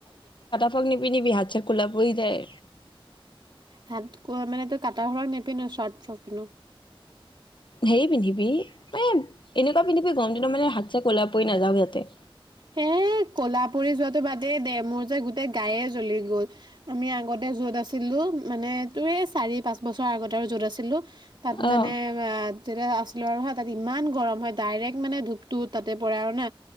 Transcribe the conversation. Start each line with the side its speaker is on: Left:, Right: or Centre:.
Left: ফগ্নি পিনিবি হাত চাত ক'লা পৰি যায়।
Right: হাত ক' মানে তই কটা সক নেপিন্ধো চৰ্ট ফ্ৰক পিন্ধো।
Left: হেৰি পিন্ধিবি মানে এনেকুৱা পিন্ধিবি গম দিনা মানে হাত চে ক'লা পৰি নাযাও যাতে।
Right: হে কলাপুৰি যোৱাটো বাদেই দে মোৰ গোটেই গায়ে জ্বলি গ'ল আমি আগতে য'ত আছো। ছিলোঁ মানে তোৰ এই চাৰি পাঁচ বছৰ আগত আৰু য'ত আছিলোঁ। তাত মানে
Left: অ'
Right: আ তেতিয়া আছিলো আৰু হা তাত ইমান গৰম হয় ডাইৰেক্ট মানে ধূপটো তাতে পৰে আৰু না